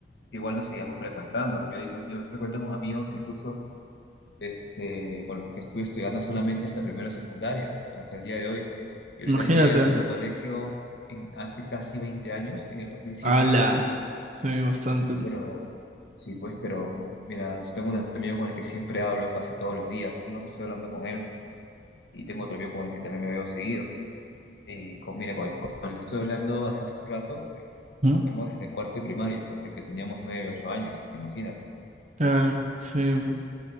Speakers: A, on the left; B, on the right.
A: igual nos seguíamos frecuentando. Yo, yo- yo frecuento con amigos, incluso este, con los que estuve estudiando solamente hasta primero de secundaria, hasta el día de hoy. Y ahorita
B: imagínate.
A: yo ya salí del colegio en, hace casi 20 años, en el 2007,
B: Ala. Sí, bastante.
A: pero sí, pues, pero mira, tengo un amigo con el que siempre hablo casi todos los días. Hace un rato estoy hablando con él y tengo otro amigo con el que también me veo seguido. Y con, mira, con, el con el que estoy hablando hace hace un rato.
B: Ujú.
A: Conocemos desde cuarto y primaria, pues desde que teníamos nueve, ocho años, imagínate.
B: Claro, sí,